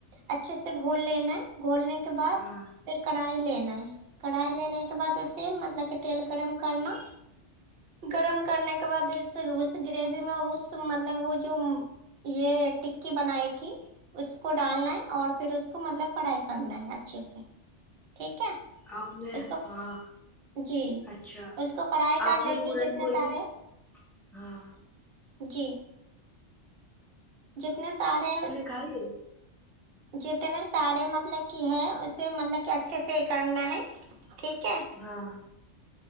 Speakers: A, on the right; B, in the centre.
A: اچھے سے گھول لینا ہے گھولنے کے بعد
B: ہاں
A: پھر کڑھائی لینا ہے کڑھائی لینے کے بعد اسے مطلب کہ تیل گرم کرنا گرم کرنے کے بعد اس اس گریوی میں اس مطلب وہ جو یہ ٹکی بنائی تھی اس کو ڈالنا ہے اور پھر اس کو مطلب فرائی کرنا ہے اچھے سے ٹھیک ہے
B: آپ نے
A: اس کو
B: ہاں
A: جی
B: اچھا
A: اس کو فرائی
B: آپ
A: کر لیں
B: نے پورن
A: گے جتنے
B: کھولی
A: سارے
B: ہاں
A: جی جتنے سارے
B: کھالے
A: جتنے سارے مطلب کہ ہے اسے مطلب کہ اچھے سے ہی کرنا ہے ٹھیک ہے
B: ہاں